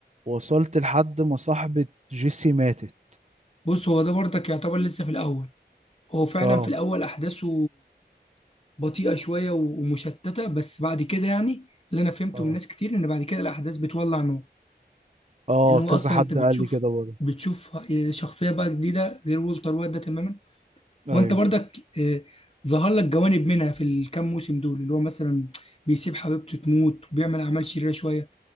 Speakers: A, on the right; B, on the left.
A: وصلت لحد ما صاحبة جيسي ماتت
B: بص هو ده برضك يعتبر لسه في الاول هو فعلا
A: اه
B: في الاول احداثه بطيئة شوية و- ومشتتة بس بعد كده يعني اللي انا فهمته
A: اه
B: من ناس كتير ان بعد كده الاحداث بتولع نور
A: اه
B: لان هو
A: كذا
B: اصلا
A: حد
B: انت بتشوف
A: قال لي كده برضه
B: بتشوف شخصية بقى جديدة غير وولتر وايت ده تماما وانت
A: ايوه
B: برضك آه، ظهر لك جوانب منها في الكام موسم دول اللي هو مثلا بيسيب حبيبته تموت وبيعمل اعمال شريرة شوية